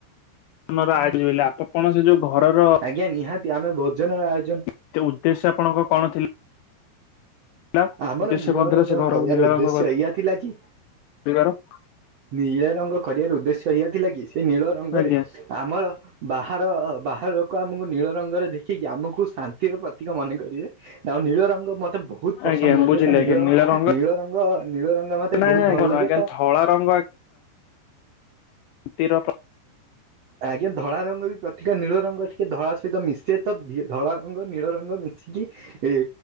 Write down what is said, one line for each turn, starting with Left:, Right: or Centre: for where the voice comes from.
Left: ଆମର ଆଇଚି ବୋଲି ଆ-ଆପଣ ସେ ଯୋଉ ଘରର
Right: ଆଜ୍ଞା ନିହାତି ଆମେ ଭୋଜନର ଆୟୋଜନ୍
Left: ସେ ଉଦ୍ଦେଶ୍ୟ ଆପଣଙ୍କ କଣ ଥି ଲା
Right: ଆମର
Left: ଯେ ସେ
Right: ନୀଳ
Left: କୋଉଥିଲା
Right: ରଙ୍ଗ
Left: ସେ ଘରକୁ
Right: କରିବାର
Left: ନୀଳ
Right: ଉଦ୍ଦେଶ୍ୟ
Left: ରଙ୍ଗ କରିବାର
Right: ଏଇଆ ଥିଲା କି ନୀଳ ରଙ୍ଗ କରିବାର ଉଦ୍ଦେଶ୍ୟ ଏଇଆ ଥିଲା କି ସେ ନୀଳ ରଙ୍ଗରେ
Left: ଆଜ୍ଞା
Right: ଆମର ବାହାର ବାହାର ଆମକୁ ନୀଳ ରଙ୍ଗରେ ଦେଖିକି ଆମକୁ ଶାନ୍ତିର ପ୍ରତୀକ ମନେ କରିବେ, ଆଉ ନୀଳ ରଙ୍ଗ ମତେ ବୋ ବୋହୁତ୍ ପସନ୍ଦ
Left: ଆଜ୍ଞା
Right: ଲାଗେ
Left: ବୁଝିଲି
Right: ତ ନୀଳ
Left: ଆଜ୍ଞା ରଙ୍ଗ
Right: ନୀଳ ରଙ୍ଗ ନୀଳ ରଙ୍ଗ ମତେ
Left: ନାଇଁ
Right: ବୋହୁତ୍
Left: ନାଇଁ
Right: ଭଲ ଲାଗେ
Left: ଆଜ୍ଞା
Right: ତ
Left: ଧଳା ରଙ୍ଗ ତତିର
Right: ଆଜ୍ଞା ଧଳା ରଙ୍ଗ ବି ପ୍ରତି ନୀଳ ରଙ୍ଗ ଟିକେ ଧଳା ସହିତ ମିଶେ ତ ଧଳା ରଙ୍ଗ ନୀଳ ରଙ୍ଗ ମିଶିକି ଏ